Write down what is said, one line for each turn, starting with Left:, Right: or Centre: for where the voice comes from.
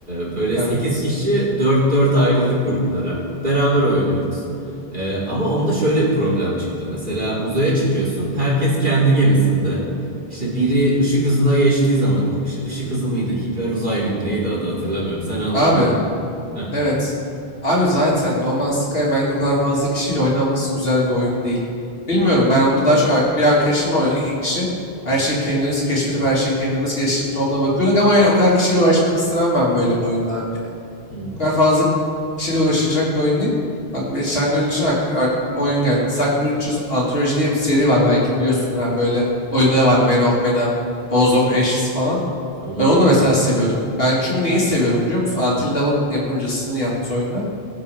Right: Ee, böyle
Left: Evet.
Right: 8 kişi dört dört ayrıldık gruplara. Beraber oynuyoruz. Ee, ama onda şöyle bir problem çıktı. Mesela uzaya çıkıyorsun. Herkes kendi gemisinde. İşte biri ışık hızına geçtiği zaman, işte ışık hızı mıydı, hiper uzay mıydı, neydi adı hatırlamıyorum. Sen anladın
Left: Abi
Right: onu. <laughs>
Left: evet. Abi zaten No Man's Sky bence o kadar fazla kişiyle oynanması güzel bir oyun değil. Bilmiyorum ben onda daha çok ar- bir arkadaşımla oynadık iki kişi. Her şeyi kendimiz keşfedip her şeyi kendimiz geliştirip tonla bakıyorduk ama yani o kadar kişiyle uğraşmak istemem ben böyle bir oyunda abi yani.
Right: Hı.
Left: Bu kadar fazla kişiyle uğraşılacak bir oyun değil. Bak beş tane önce ak- aklıma oyun geldi. Zack Bridges Anthology diye bir seri var belki biliyorsunuz. Hani böyle oyunları var. Man of Medan, Balls of Ashes falan.
Right: Onu
Left: Ben onu
Right: bilmiyorum.
Left: da mesela seviyordum. Ben çünkü neyi seviyorum biliyor musun? Until Dawn'ın yapımcısının yaptığı oyunlar.